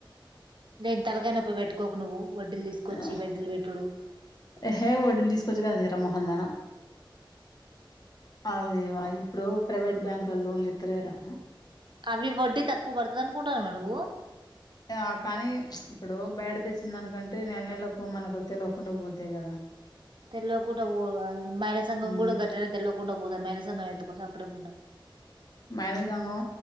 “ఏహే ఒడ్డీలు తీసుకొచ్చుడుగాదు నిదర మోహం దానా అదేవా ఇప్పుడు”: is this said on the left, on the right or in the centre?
Left